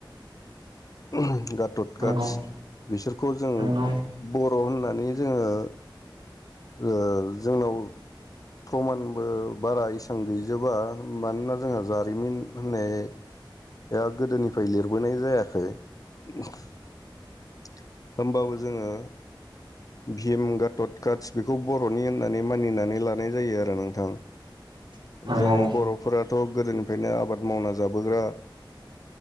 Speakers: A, on the left (about 45°); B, on the right (about 70°).
A: <inaudible> गतद
B: नंगौ
A: काटस
B: नोंथां
A: बिसोरखौ जों
B: नंगौ
A: बर' होननानै नै जोङो ओ जोंनाव प्रमानबो बारा इसां गैजोबा मानोना जोंहा जारिमिन होननाया गोदोनिफ्राय लिरबोनाय जायाखै <inaudible> होमबाबो जोङो भिम गाटट काटस बेखौ बर'नि होननानै मानिनानै लानाय जायो आरो नोंथां।
B: नंगौ
A: जों बर'फोरा थ' गोदोनिफ्रायनो आबाद मावना जाबोग्रा